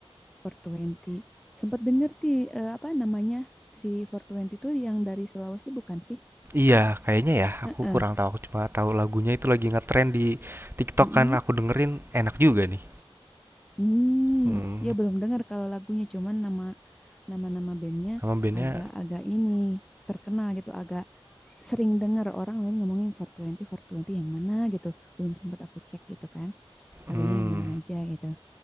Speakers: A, in the centre; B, on the right.
A: 420. Sempet denger ti eh, apa namanya si four Twenty tuh yang dari Sulawesi bukan sih?
B: Iya, kayaknya ya. Aku
A: Heeh.
B: kurang tahu. Aku cuma tahu lagunya itu lagi ngetren di TikTok
A: Mm-mm.
B: kan. Aku dengerin enak juga nih.
A: Hmm,
B: Mhm,
A: ya belum dengar kalau lagunya cuman nama nama-nama bandnya
B: nama bandnya
A: agak-agak ini terkenal gitu, agak sering dengar orang lain ngomongin 420, Twenty yang mana gitu. Belum sempat aku cek gitu kan. Lagunya
B: mmm,
A: yang mana aja gitu.